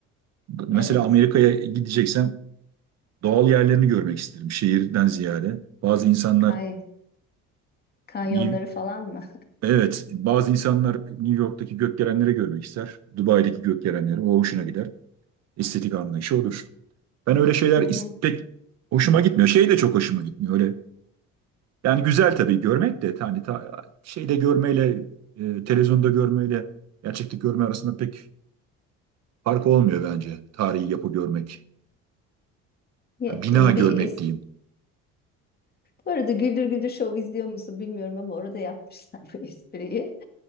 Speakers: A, on the right; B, on the left.
A: Mesela
B: evet.
A: Amerika'ya gideceksem doğal yerlerini görmek isterim şehirden ziyade. Bazı insanlar
B: Kay Kanyonları
A: New-
B: falan mı?
A: evet, bazı insanlar New York'taki gökdelenleri görmek ister. Dubai'deki gökdelenleri o hoşuna gider. Estetik anlayışı odur. Ben öyle şeyler
B: <laughs> Hı
A: is-
B: hı.
A: pek hoşuma gitmiyor. Şey de çok hoşuma gitmiyor. Öyle yani güzel tabii görmek de hani ta, şeyde görmeyle e, televizyonda görmeyle gerçeklik görme arasında pek fark olmuyor bence. Tarihi yapı görmek.
B: Ye-
A: Yani bina
B: e,
A: görmek
B: Bir es-
A: diyeyim.
B: Bu arada Güldür Güldür Show izliyor musun bilmiyorum ama orada yapmışlar <laughs> bu espriyi.